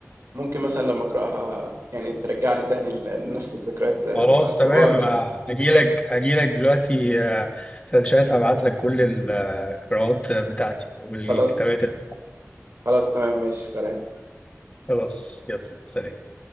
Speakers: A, on the right; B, on the left.
A: ممكن مثلا لما اقراها يعني ترجعني تاني لنفس الذكريات بتاعتي
B: خلاص تمام
A: واقدر
B: آه، هجيلك هجيلك دلوقتي آه، في الشات هبعت لك كل القراءات بتاعتي والكتابات
A: خلاص
B: ال-
A: خلاص تمام ماشي سلام
B: خلاص يلا سلام